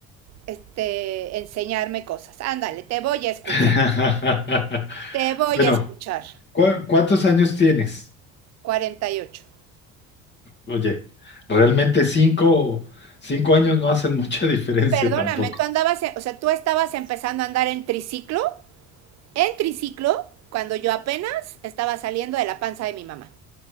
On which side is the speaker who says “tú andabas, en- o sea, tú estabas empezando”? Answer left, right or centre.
Right